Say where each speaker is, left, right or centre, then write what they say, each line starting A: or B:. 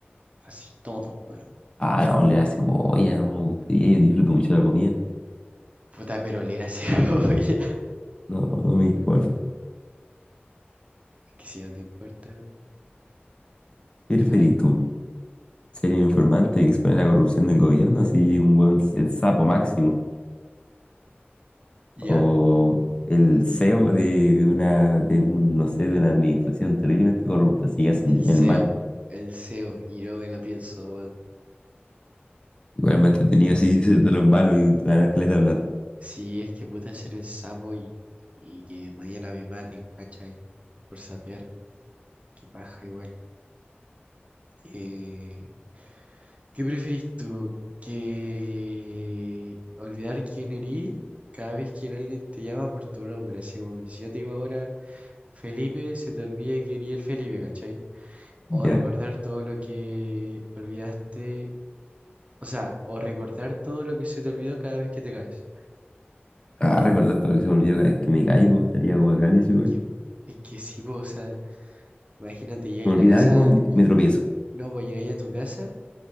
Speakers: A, on the right (about 35°); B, on the left (about 25°).
A: Así todo, weón.
B: Ah, no, le la cebolla, no me gustaría. Yo disfruto mucho la comida.
A: Puta, pero oler a <laughs> cebolla.
B: No, no me importa.
A: Es que si no te importa.
B: ¿Qué
A: Claro,
B: preferís tú? ¿Ser un informante que expone la corrupción del gobierno? Así un buen, el sapo máximo.
A: ya,
B: o el CEO de una, de un, no sé, de una administración terriblemente corrupta, si hacen
A: el SEO.
B: el mal.
A: El SEO. Y no me la pienso, weón.
B: Igual me ha entretenido así ser de los malos y ganar caleta de plata.
A: Si es que puta ser el sapo y, y que mañana me maten, ¿cachai? Por sapear. Qué paja igual. Eh, ¿Qué preferís tú? ¿Que olvidar quién eres cada vez que alguien te llama por tu nombre? Así como que si yo te digo ahora Felipe, se te olvide que eres el Felipe, ¿cachai? O
B: Ya.
A: recordar todo lo que olvidaste, o sea, o recordar todo lo que se te olvidó cada vez que te caes.
B: Ah, recordar todo lo que se me olvidó cada vez que me caigo, estaría bacán eso, igual.
A: Que- es que sí, po, o sea, imagínate, llegáis
B: Se me
A: a
B: olvida
A: la casa
B: algo, me,
A: y
B: me tropiezo.
A: no, pues llegáis a tu casa